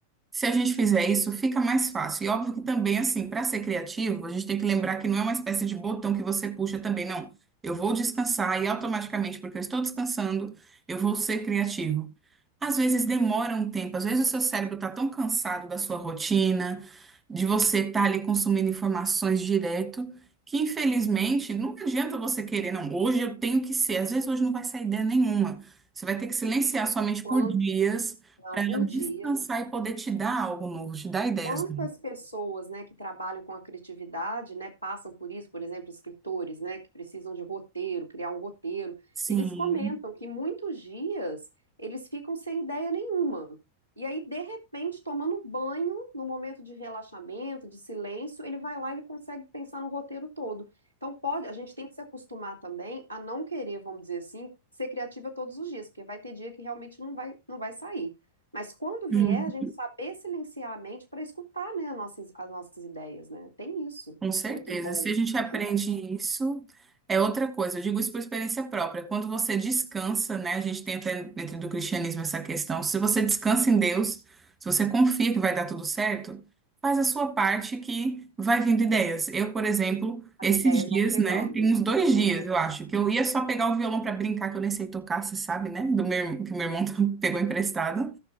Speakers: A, on the right; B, on the left.
A: Se a gente fizer isso, fica mais fácil. E óbvio que também, assim, para ser criativo, a gente tem que lembrar que não é uma espécie de botão que você puxa também, não. Eu vou descansar e automaticamente, porque eu estou descansando, eu vou ser criativo. Às vezes demora um tempo, às vezes o seu cérebro está tão cansado da sua rotina, de você estar ali consumindo informações direto, que infelizmente não adianta você querer, não, hoje eu tenho que ser. Às vezes hoje não vai sair ideia nenhuma. Você vai ter que silenciar sua mente
B: Quanto?
A: por dias
B: Não,
A: para
B: por
A: ela descansar
B: dias.
A: e poder te dar algo novo, te dar ideias.
B: Quantas
A: novas.
B: pessoas, né, que trabalham com a criatividade, né, passam por isso, por exemplo, escritores, né, que precisam de roteiro, criar um roteiro,
A: Sim,
B: eles comentam que muitos dias eles ficam sem ideia nenhuma. E aí, de repente, tomando banho, no momento de relaxamento, de silêncio, ele vai lá e ele consegue pensar no roteiro todo. Então, pode, a gente tem que se acostumar também a não querer, vamos dizer assim, ser criativa todos os dias, porque vai ter dia que realmente não vai, não vai sair. Mas quando vier,
A: sim.
B: a gente saber silenciar a mente para escutar, né, as nossas, as nossas ideias, né? Tem isso.
A: Com certeza.
B: Muito bom,
A: Se a gente
B: com
A: aprende
B: certeza.
A: isso, é outra coisa. Eu digo isso por experiência própria. Quando você descansa, né? A gente tem até dentro do cristianismo essa questão. Se você descansa em Deus, se você confia que vai dar tudo certo, faz a sua parte que vai vindo ideias. Eu, por exemplo,
B: As
A: esses
B: ideias
A: dias,
B: vão chegando,
A: né? Tem uns dois dias,
B: vão chegando.
A: eu acho, que eu ia só pegar o violão para brincar, que eu nem sei tocar, você sabe, né? Do meu, que meu irmão <laughs> pegou emprestado.